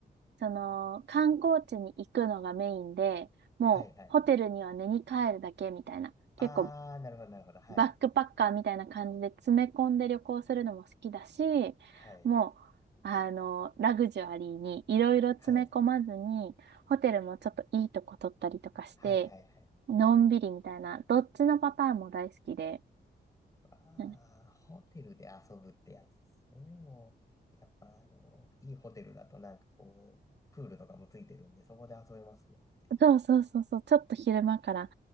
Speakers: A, on the right; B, on the left.
A: その、観光地に行くのがメインで、もう、
B: はいはいはい。
A: ホテルには寝に帰るだけみたいな、
B: あー、
A: 結構、
B: なるほどなるほど。はい。
A: バックパッカーみたいな感じで詰め込んで旅行するのも好きだし、
B: はい。
A: もう、あの、ラグジュアリーにいろいろ詰め込まずに、
B: はい。
A: ホテルもちょっといいとこ取ったりとかして、
B: はいはいはい。
A: のんびりみたいな、どっちのパターンも大好きで、
B: ああ、
A: うん
B: ホテルで遊ぶってやつですね。もう、やっぱあの、いいホテルだとなんかこう、プールとかもついてるんで、そこで遊べますもんね。
A: そうそうそうそう、ちょっと昼間から